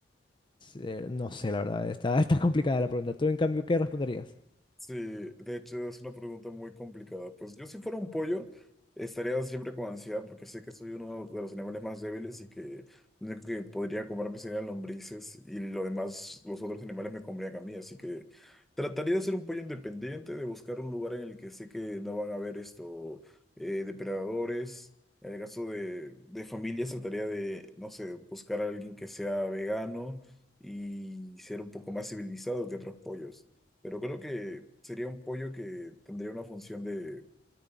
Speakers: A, on the left; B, in the centre.
A: eh, No sé, la verdad, está, <laughs> está complicada la pregunta. ¿Tú, en cambio, qué responderías?
B: Sí, de hecho es una pregunta muy complicada. Pues yo si fuera un pollo, estaría siempre con ansiedad porque sé que soy uno de los animales más débiles y que lo único que podría comerme serían lombrices y lo demás, los otros animales me comerían a mí. Así que trataría de ser un pollo independiente, de buscar un lugar en el que sé que no van a haber esto, eh, depredadores. En el caso de, de familias, trataría de, no sé, buscar a alguien que sea vegano y ser un poco más civilizado que otros pollos. Pero creo que sería un pollo que tendría una función de,